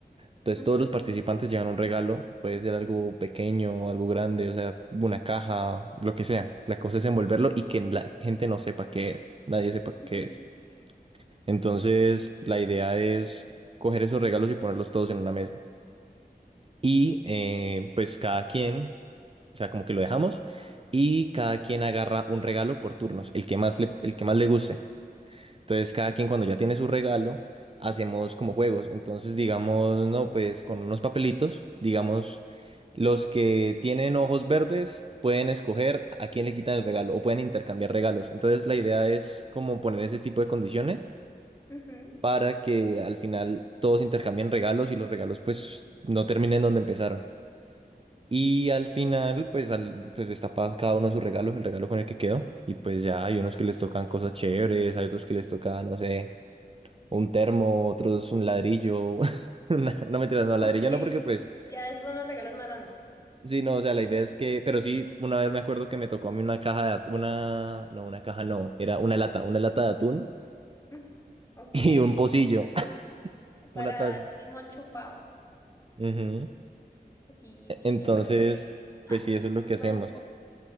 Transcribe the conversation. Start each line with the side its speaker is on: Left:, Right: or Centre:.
Right: Entonces
Left: Ujú,
Right: todos los participantes llevan un regalo, puede ser algo pequeño, algo grande, o sea, una caja, lo que sea. La cosa es envolverlo y que la gente no sepa qué es, nadie sepa
Left: ujú,
Right: qué es. Entonces la idea es coger esos regalos y ponerlos todos en una mesa. Y eh, pues cada quien, o sea, como que lo dejamos y cada quien agarra un regalo por turnos, el que más le, el que más le guste. Entonces, cada quien cuando ya tiene su regalo, hacemos como juegos. Entonces, digamos, no, pues con unos papelitos, digamos, los que tienen ojos verdes pueden escoger a quién le quitan el regalo o pueden intercambiar regalos. Entonces, la idea es como poner ese tipo de condiciones
Left: ujú.
Right: para que al final todos intercambien regalos y los regalos pues no terminen donde empezaron. Y al final, pues, al, pues destapa cada uno sus regalos, el regalo con el que quedó. Y pues ya hay unos que les tocan cosas chéveres, hay otros que les toca, no sé un termo, otros un ladrillo. <laughs> una- No mentiras, no, ladrillo
Left: Ok.
Right: no, porque pues,
Left: Ya esos son los regalos más random.
Right: sí, no, o sea, la idea es que, pero sí, una vez me acuerdo que me tocó a mí una caja de atún, una, no, una caja no, era una lata, una lata de atún
Left: Mm,
Right: <laughs>
Left: Ok.
Right: y un pocillo, <laughs>
Left: Para
Right: una taza.
Left: dar un limón chupado.
Right: Ujú.
Left: Sí,
Right: E-
Left: vi
Right: Entonces,
Left: que huele feo.
Right: pues
Left: Ah,
Right: sí, eso es lo que
Left: maluco.
Right: hacemos.